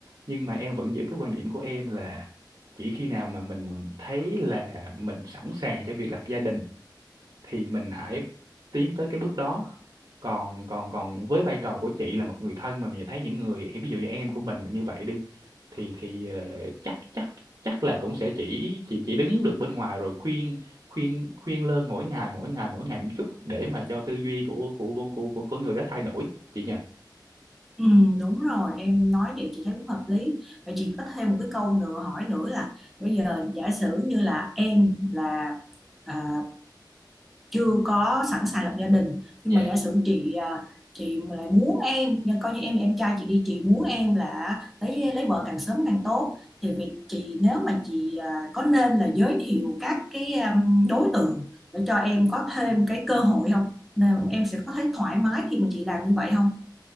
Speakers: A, on the right (about 55°); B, in the centre.
A: nhưng mà em vẫn giữ cái quan điểm của em là chỉ khi nào mà mình thấy là mình sẵn sàng cho việc lập gia đình thì mình hãy tiến tới cái bước đó còn còn còn với vai trò của chị là một người thân mà mình thấy những người ví dụ như em của mình mà như vậy đi thì thì ờ, chắc chắc chắc là cũng sẽ chỉ chỉ chỉ đứng được bên ngoài rồi khuyên khuyên khuyên lơn mỗi ngày mỗi ngày mỗi ngày một chút để mà cho tư duy của của của của của, của người đó thay đổi chị nhỉ
B: ừ, đúng rồi em nói vậy chị thấy cũng hợp lý vậy chị có thêm một cái câu nữa hỏi nữa là bây giờ giả sử như là em là à, chưa có sẵn sàng lập gia đình nhưng
A: Dạ.
B: mà giả sử chị à, chị mà lại muốn em nha coi như em em trai chị đi chị muốn em là lấy lấy vợ càng sớm càng tốt thì việc chị nếu mà chị à, có nên là giới thiệu các cái um, đối tượng để cho em có thêm cái cơ hội không nên em sẽ có thấy thoải mái khi mà chị làm như vậy không